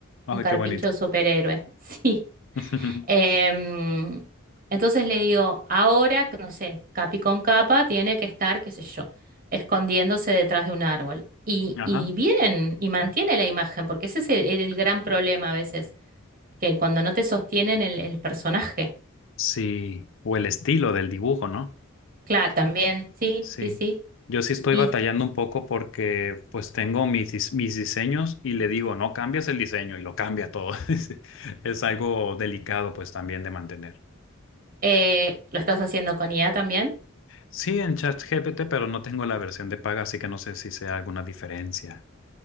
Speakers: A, on the left; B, on the right.
A: Ay,
B: un carpincho
A: qué bonito.
B: superhéroe. <laughs> Sí.
A: <laughs>
B: Em, entonces le digo, ahora, que no sé, capi con capa tiene que estar, qué sé yo, escondiéndose detrás de un árbol. Y,
A: Ajá.
B: y bien, y mantiene la imagen, porque ese es el, el gran problema a veces, que cuando no te sostienen el, el personaje.
A: Sí. O el estilo del dibujo, ¿no?
B: Claro, también, sí,
A: Sí.
B: sí, sí.
A: Yo sí estoy
B: ¿Y
A: batallando un poco porque pues tengo mis, dis- mis diseños y le digo, no cambias el diseño y lo cambia todo. <laughs> Es es algo delicado pues también de mantener.
B: eh, lo estás haciendo con IA también?
A: Sí, en ChatGPT, pero no tengo la versión de paga, así que no sé si sea alguna diferencia.